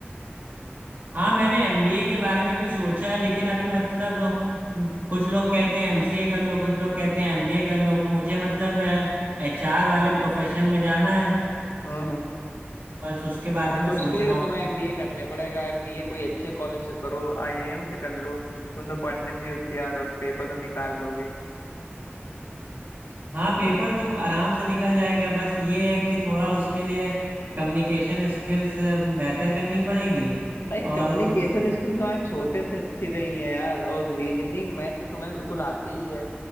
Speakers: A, on the right; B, on the left.
A: हाँ मैंने एमबीए के बारे में भी सोचा है लेकिन अभी मतलब कुछ लोग कहते हैं एमसीए कर लो कुछ लोग कहते हैं एमबीए कर लो मुझे मतलब एचआर वाले प्रोफेशन में जाना है
B: हम्म
A: बस उसके बारे में
B: तो
A: सोच
B: उसके लिए
A: रहा
B: तो
A: हूँ
B: तुम्हें एमबीए करने पड़ेगा एमबीए कोई अच्छे कॉलेज से करो आईआईएम से कर लो तुम तो पढ़ने में भी होशियार हो पेपर तो निकाल लोगे
A: हाँ पेपर तो आराम से निकल जाएगा बस ये है कि थोड़ा उसके लिए कम्युनिकेशन स्किल्स बेहतर करनी पड़ेगी
B: भाई
A: और
B: कम्युनिकेशन
A: उस
B: स्किल्स हमारे छोटे से अच्छी रही है यार और रीजनिंग मैथ तो तुम्हें बिल्कुल आती ही है